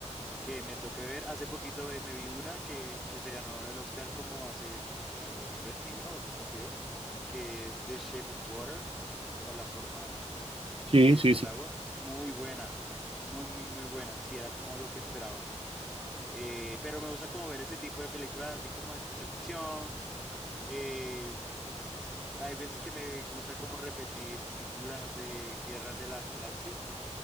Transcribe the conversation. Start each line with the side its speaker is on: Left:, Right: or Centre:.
Centre: que me toque ver. Hace poquito ve- me vi una que, que se ganó el Oscar como hace pf, en el dos dos mil veintiuno, dos mil veintidós, que es The Shape of Water, como la forma
Right: Sí,
Centre: eh,
Right: sí,
Centre: del
Right: sí.
Centre: agua. Muy buena, muy, muy, muy buena. Sí, era como lo que esperaba. Eh, pero me gusta como ver ese tipo de películas así como de ciencia ficción. em, hay veces que me gusta como repetir las de Guerras de las Galaxias